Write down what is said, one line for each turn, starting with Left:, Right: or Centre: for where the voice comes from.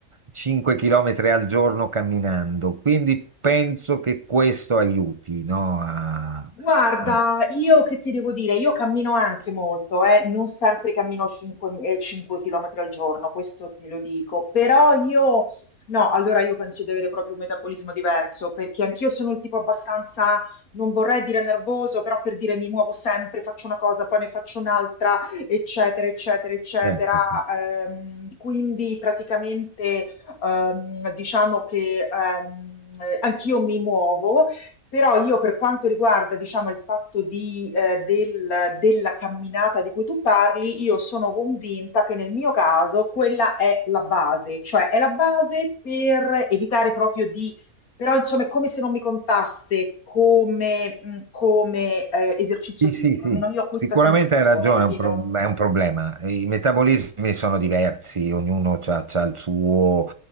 Right: 5 km al giorno camminando, quindi penso che questo aiuti, no? A...
Left: Guarda,
Right: a-
Left: io che ti devo dire, io cammino anche molto, eh, non sempre cammino 5, km al giorno, questo te lo dico, però io, no, allora io penso di avere proprio un metabolismo diverso, perché anch'io sono il tipo abbastanza, non vorrei dire nervoso, però per dire mi muovo sempre, faccio una cosa, poi ne faccio un'altra, eccetera, eccetera, eccetera.
Right: Ecco.
Left: Ehm, quindi praticamente ehm, diciamo che ehm, eh, anch'io mi muovo. Però io per quanto riguarda, diciamo, il fatto di, eh, del- della camminata di cui tu parli, io sono convinta che nel mio caso quella è la base, cioè è la base per evitare proprio di, però insomma è come se non mi contasse come, mh, come, eh, esercizio
Right: Sì,
Left: fisico,
Right: sì, sì,
Left: almeno io ho questa
Right: sicuramente
Left: sensazione,
Right: hai ragione,
Left: capito?
Right: è un, pro- è un problema. I metabolismi sono diversi, ognuno ha il suo,